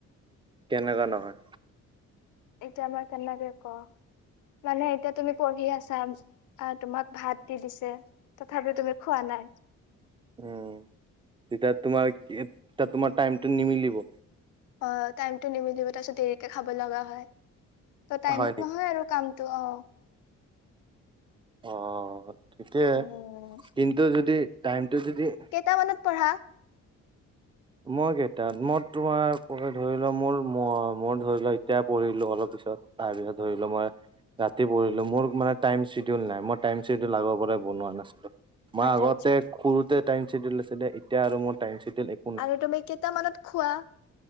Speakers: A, on the right; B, on the left.
A: কেনেকা নহয়।
B: এতিয়া মই কেনেকে কম মানে এতিয়া তুমি পঢ়ি আছা। আহ তোমাক ভাত দি দিছে তথাপি তুমি খোৱা নাই।
A: উমঁ তেতিয়া তোমাৰ তোমাৰ টাইমটো নিমিলিব।
B: অঁ টাইমটো নিমিলিব তাৰপিছত দেৰিকে খাব লগা হয় ত টাইমত
A: হয় নেকি
B: নহয় আৰু। কামটো অঁ।
A: অঁ ঠিকে
B: উম,
A: কিন্তু যদি টাইমটো যদি-
B: কেইটা মানত পঢ়া?
A: মই কেইটাত মই তোমাৰ ধৰি লোৱা মোৰ ম মই ধৰি লোৱা এতিয়া পঢ়িলো অলপ পিছত। তাৰ পিছত ধৰি লোৱা মই- ৰাতি পঢ়িলো মোৰ মানে টাইম চিডিউল নাই মই টাইম চিডিউল আগৰ পৰাই বনোৱা নাছিলো। মই
B: আচ্ছা,
A: আগতে
B: আচ্ছা।
A: সৰুতে টাইম চেডউল আছিল দে এতিয়া আৰু মোৰ টাইম চেডউল এক-
B: আৰু তুমি কেইটামানত খোৱা?